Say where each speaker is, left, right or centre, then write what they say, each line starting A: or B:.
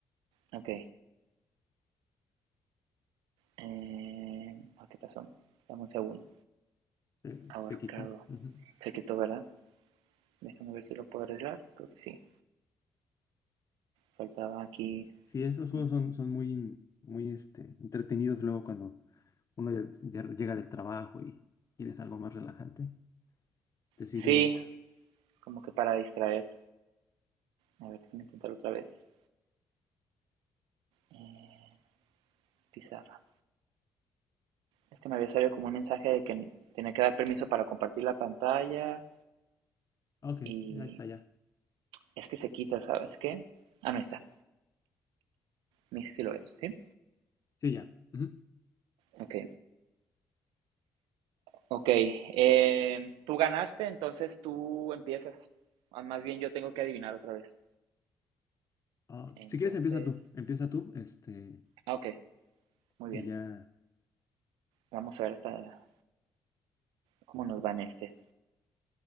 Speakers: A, on the right (about 75°); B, on the left (about 40°).
A: Ok. Eh, ah, ¿Qué pasó? Dame un segundo.
B: se,
A: Ahorcado.
B: se quitó. Ujú.
A: Se quitó, ¿verdad? Déjame ver si lo puedo arreglar. Creo que sí. Faltaba aquí
B: Sí, esos
A: un
B: juegos son, son muy, in- muy este, entretenidos luego cuando uno ya, ya llega del trabajo y quieres algo más relajante. Te sirven
A: Sí,
B: mucho.
A: como que para distraer. A ver, déjame intentar otra vez. Eh, pizarra. Es que me había salido como un mensaje de que tenía que dar permiso para compartir la pantalla
B: Ok,
A: y
B: ya está, ya.
A: es que se quita, ¿sabes qué? Ah, no ahí está. Me dice si lo ves, ¿sí?
B: Sí, ya. Ujú.
A: Ok. Ok. eh, tú ganaste, entonces tú empiezas. Ah, Más bien yo tengo que adivinar otra vez.
B: Ah,
A: Entonces.
B: si quieres, empieza tú. Empieza tú, este,
A: ah, Ok, muy
B: y
A: bien.
B: ya.
A: Vamos a ver hasta cómo nos va en este.